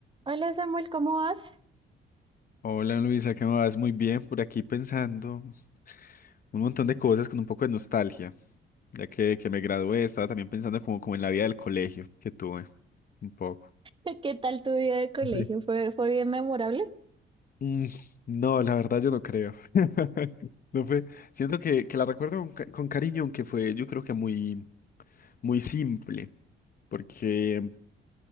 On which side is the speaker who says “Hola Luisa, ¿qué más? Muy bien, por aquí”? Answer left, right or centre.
Left